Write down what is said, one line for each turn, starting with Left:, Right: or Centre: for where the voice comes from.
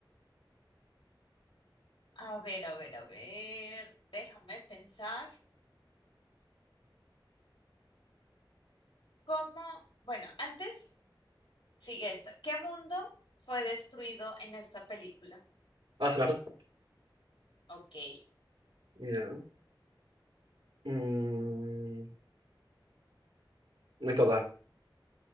Left: A ver, a ver, a ver. Déjame pensar. ¿Cómo? Bueno, antes sigue esto. ¿Qué mundo fue destruido en esta película?
Right: Asgard.
Left: Ok,
Right: Ya. Mm, me toca.